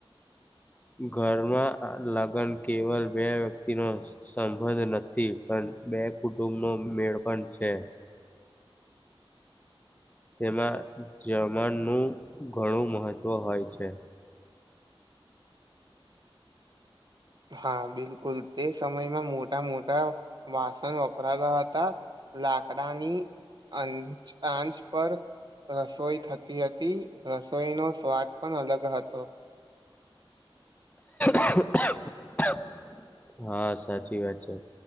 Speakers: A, on the left; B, on the right.
A: ઘરમાં લગ્ન કેવલ બે વ્યક્તિનો સંબંધ નથી પણ બે કુટુંબનો મેળ પણ છે. તેમાં જર્મનું ઘણું મહત્વ હોય છે.
B: હા બિલકુલ તે સમયમાં મોટા મોટા વાસણ વપરાતા હતા લાકડાની અંચ આંચ પર રસોઈ થતી હતી રસોઈનો સ્વાદ પણ અલગ હતો.
A: <inaudible> હા સાચી વાત છે.